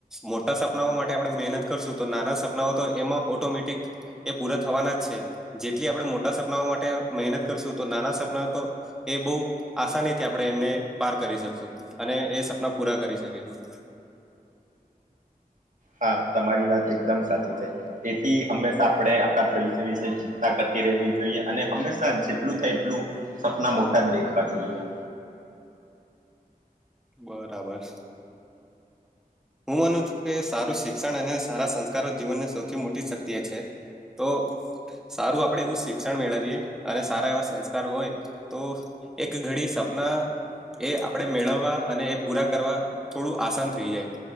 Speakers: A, in the centre; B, on the right.
A: મોટા સપનાઓ માટે આપણે મહેનત કરશું તો નાના સપનાઓ તો એમાં ઓટોમેટિક એ પૂરા થવાના જ છે જેટલી આપણે મોટા સપનાઓ માટે મહેનત કરશું તો નાના સપના તો એ બહુ આસાનીથી આપણે એમને પાર કરી શકશું. અને એ સપના પૂરા કરી શકીશું.
B: હા તમારી વાત એકદમ સાચી છે. તેથી હંમેશા આપણે આપણા ભવિષ્ય વિશે ચિંતા કરતી રહેવી જોઈએ અને હંમેશા જેટલું થાય એટલું સપના મોટા જ દેખવા જોઈએ.
A: બરાબર. હું માનું છું કે સારું શિક્ષણ અને સારા સંસ્કારો જીવનની સૌથી મોટી શક્તિએ છે. તો સારું આપણે એવું શિક્ષણ મેળવીએ અને સારા એવા સંસ્કાર હોય તો એક ઘડી સપના એ આપણેે મેળવવા અને એ પૂરા કરવા થોડું આસાન થઈ જાય